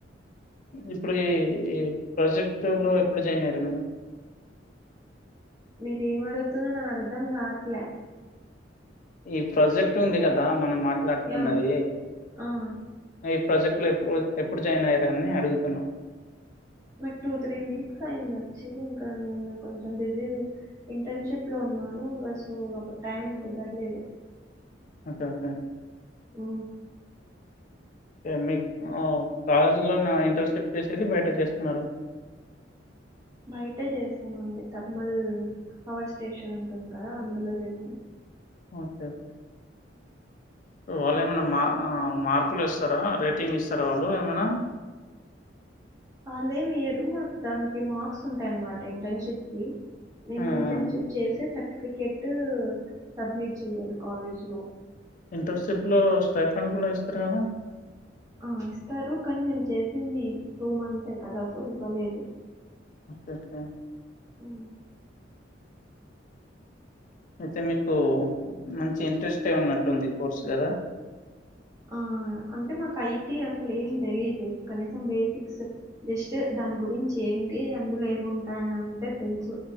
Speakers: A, on the left; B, on the right.
A: ఇప్పుడు ఈ ఈ ప్రాజెక్ట్లో ఎప్పుడు జాయిన్ అయ్యారు మేడం
B: మీరేం అడుగుతున్న నాకు అర్ధం కాట్లే
A: ఈ ప్రాజెక్ట్ ఉంది కదా మనం మాట్లాడుతున్నది
B: యా ఆ
A: ఈ ప్రాజెక్ట్ లో ఎప్పుడు ఎప్పుడు జాయిన్ అయ్యార అని అడుగుతున్నా.
B: నాకు టూ త్రీ వీక్స్ అయింది వచ్చి ఇంకా నేను కొంచెం బిజీ. ఇంటర్న్షిప్ లో ఉన్నాను ఇంకా సో అప్పుడు టైం కుదరలేదు.
A: Okay okay.
B: ఊ.
A: మీకు కాలేజీ లో ఇంటర్షప్ చేసేది బయట చేస్తున్నార.
B: బయట చేస్తామండి థర్మల్ పవర్ స్టేషన్ ఉంటుంది కదా అందులో చేసాం.
A: Okay okay. వాళ్ళు ఏమైనా మా మార్కులు లేస్తారా రేటింగ్ ఇస్తారా వాళ్ళు ఏమైనా.
B: వాళ్ళేమి ఇయరు మా దానికి మార్క్స్ ఉంటాయ అన్నమాట ఇంటర్న్షిప్ కి మేము
A: హ్మ్.
B: ఇంటర్న్షిప్
A: హ్మ్.
B: చేసే సర్టిఫికేట్ సబ్మిట్ చేయ్యాలి కాలేజ్ లో
A: ఇంటర్న్షిప్ లో స్టైఫాన్ కూడా ఇస్తారు కదా.
B: ఆ ఇస్తారు కానీ మేము చేసింది టూ మంత్సే కదా సో ఇవ్వలేదు.
A: ఒకే.
B: ఉ.
A: అయితే మీకు మంచి ఇంట్రెస్ట్ ఉన్నట్టుంది కోర్స్ కదా.
B: ఆ అంటే మాకు ఐటీ అసలు ఏం తెలీదు కనీసం బేసిక్స్. జస్ట్ దాని గురించి ఏంటి అందులో ఏముంటాయని అంతే తెలుసు.